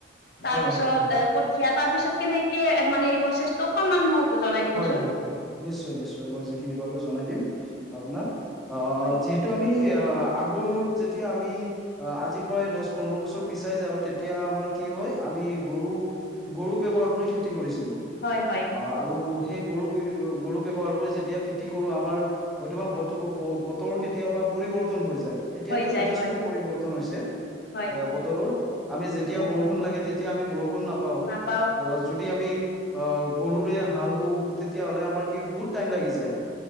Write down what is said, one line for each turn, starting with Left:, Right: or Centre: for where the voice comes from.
Left: তাৰ
Centre: হয়
Left: পিছত
Centre: হয় হয়
Left: কঠিয়া তাৰ পিছত কেনেকে মানে এই প্ৰচেছটো অকনমান মোক জনাই দিবচোন
Centre: হয় হয় হয়, নিশ্চয় নিশ্চয় মই যিখিনি পাৰোঁ জনাই দিম আপোনাক আ,
Left: হয়
Centre: যি টো আমি আ, আগত যেতিয়া আমি অ'আজি পৰাই দচ, পোন্ধৰ বছৰ পিছাই যাওঁ তেতিয়া আমাৰ কি হয় আমি গৰু গৰু ব্যৱহাৰ কৰি খেতি কৰিছিলোঁ।
Left: হয়, হয়।
Centre: অ' আৰু সেই গৰু <unintelligible> গৰু ব্যৱহাৰ কৰি যেতিয়া খেতি কৰো আমাৰ হয়তোবা বতৰ- বতৰ কেতিয়াবা পৰিৱৰ্তন হৈ যায়। এতিয়াতো
Left: হৈ যায়
Centre: যথেষ্ট
Left: হয়
Centre: পৰিৱৰ্তন হৈছে অ'
Left: হয়
Centre: বতৰৰ আমি যেতিয়া
Left: হয়
Centre: বৰষুণ লাগে তেত এতিয়া আমি বৰষুণ নাপাওঁ
Left: নাপাও
Centre: যদি আমি অ' গৰুৰে হাল বওঁ তেতিয়া হ'লে আমাৰ কি বহুত টাইম লাগি যায়